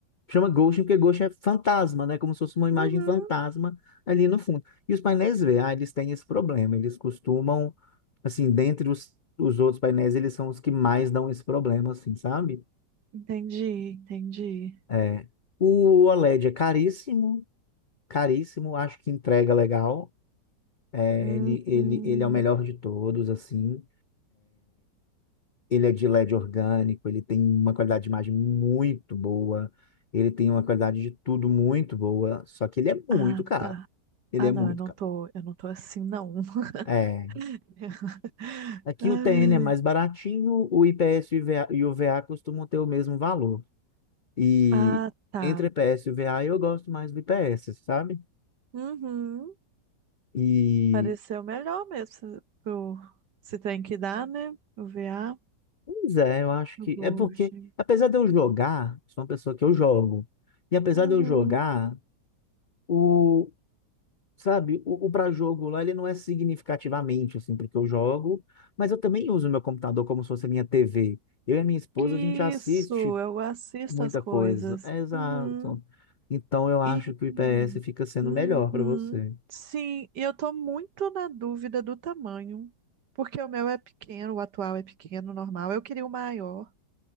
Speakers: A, on the left (about 75°); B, on the right (about 70°).
A: Chama Ghost porque Ghost é fantasma, né? Como se fosse uma imagem
B: Uhum.
A: fantasma ali no fundo. E os painéis VA, eles têm esse problema. Eles costumam, assim, dentre os, os outros painéis, eles são os que mais dão esse problema, assim, sabe?
B: Entendi, entendi.
A: É. O OLED é caríssimo, caríssimo. Acho que entrega legal. É,
B: Hum,
A: ele, ele,
B: hum.
A: ele é o melhor de todos, assim. Ele é de LED orgânico, ele tem uma qualidade de imagem muito boa, ele tem uma qualidade de tudo muito boa, só que ele é muito
B: Ah,
A: caro.
B: tá.
A: Ele
B: Ah,
A: é
B: não,
A: muito
B: eu não
A: caro.
B: tô, eu não tô assim, não.
A: É.
B: <laughs>
A: Aqui
B: Ai.
A: o TN é mais baratinho, o IPS e o VA, e o VA costumam ter o mesmo valor. E
B: Ah, tá.
A: entre IPS e o VA eu gosto mais do IPS, sabe?
B: Uhum.
A: E,
B: Pareceu melhor mesmo se, pro, se tem que dar, né? O VA,
A: pois é, eu acho
B: o
A: que
B: Ghost.
A: é porque, apesar de eu jogar, sou uma pessoa que eu jogo, e apesar
B: Uhum.
A: de eu jogar, o Sabe, o, o pré-jogo lá, ele não é significativamente, assim, porque eu jogo, mas eu também uso meu computador como se fosse minha TV. Eu e a minha esposa,
B: Isso,
A: a gente assiste
B: eu assisto
A: muita
B: as coisas.
A: coisa. É, exato.
B: Uhum.
A: Então, eu acho
B: E
A: que o IPS fica sendo
B: uhum.
A: melhor para você.
B: Sim, e eu tô muito na dúvida do tamanho, porque o meu é pequeno, o atual é pequeno, normal. Eu queria o maior.